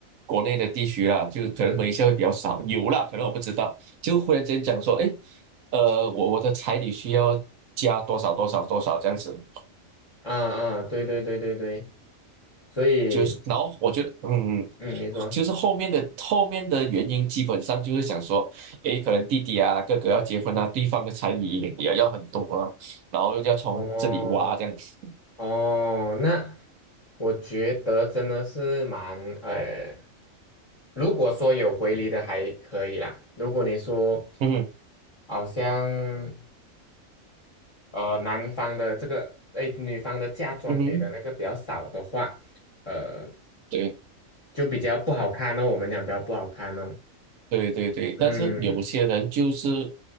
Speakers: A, on the right; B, on the left.
A: 国内的地区啦，就是可能马来西亚会比较少，
B: 是
A: 有啦，可能我不知道，就忽然间讲说，哎，呃，我我的彩礼需要加多少多少多少这样子，
B: 啊啊，对对对对对，所以
A: 就是，然后我觉得，嗯，
B: 嗯，你说，
A: 就是后面的后面的原因，基本上就是想说，诶，可能弟弟啊、哥哥要结婚啊，对方的彩礼也也要很多啊，然后要从这里挖这样子，
B: 哦哦，那我觉得真的是蛮呃，如果说有回礼的还可以啦，如果你说
A: 嗯哼
B: 好像。呃男方的这个，哎，女方的嫁妆给的那个比较少的话，
A: 嗯哼，
B: 呃，
A: 对
B: 就比较不好看哦。我们讲比较不好看哦。
A: 对对对，
B: 嗯
A: 但是有些人就是，